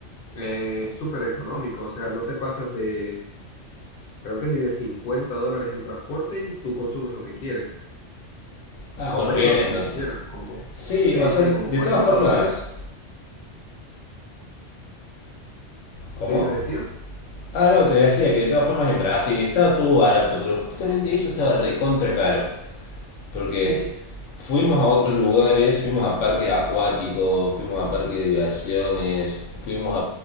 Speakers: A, on the left; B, on the left.
A: eh, Es súper económico, o sea, no te pasas de, creo que ni de 50 dólares en transporte y tú consumes lo que quieres.
B: Ah,
A: No,
B: bueno,
A: menos,
B: bien entonces.
A: ni siquiera, como,
B: Sí,
A: sí,
B: o sea,
A: sí,
B: de
A: como 40
B: todas formas,
A: dólares,
B: ¿cómo?
A: ¿sí me decías?
B: Ah, no, te decía que de todas formas en Brasil estaba todo barato, pero justamente eso estaba recontra caro. Porque
A: Sí.
B: fuimos a otros lugares, fuimos a parques acuáticos, fuimos a parques de diversiones, fuimos